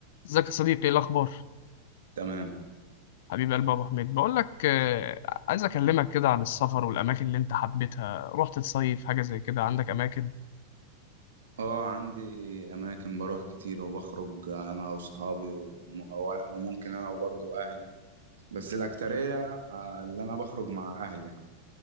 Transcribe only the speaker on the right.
تمام
اه عندي اماكن بروح كتير وبخرج انا واصحابي وم- وممكن انا وبرضه اهلي بس الاكترية آه، اللي انا بخرج مع اهلي يعني